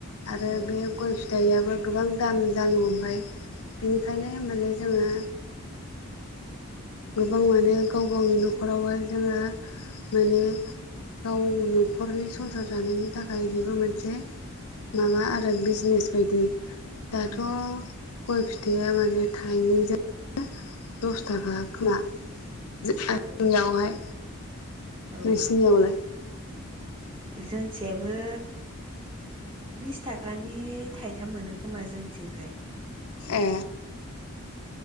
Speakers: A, on the left (about 75°); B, on the right (about 20°).
A: आरो
B: औ
A: बे गय फिथाइयाबो गोबां दाम जानो हमबाय। बेनिखायनो माने जोङो गोबां माने गाव गावनि न'खरावहाय जोङो माने गाव न'खरनि संसार जानायनि थाखाय बेबो मोनसे माबा आरो बिजनेस बायदि। दाथ'
B: औ
A: गय फिथाइया माने थाइनैजों दस थाखा खोमा जोंनियावहाय।
B: औ औ
A: नोंसिनियावलाय?
B: जोंथियाबो बिस थाखानि थाइ थाम मोनो खोमा जोंथिंजाय।
A: ए।